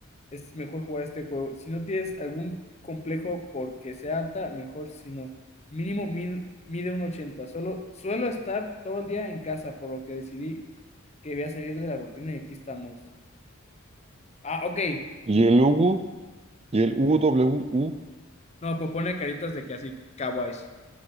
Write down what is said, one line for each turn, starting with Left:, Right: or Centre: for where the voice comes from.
Left: es mejor jugar este juego. Si no tienes algún complejo porque sea alta, mejor si no. Mínimo mil- mide un ochenta Solo, suelo estar todo el día en casa, por lo que decidí que voy a salir de la rutina y aquí estamos. Ah, ok.
Right: Y el UWU, y el UWU,
Left: No, pues pone caritas de que así, kawaiis.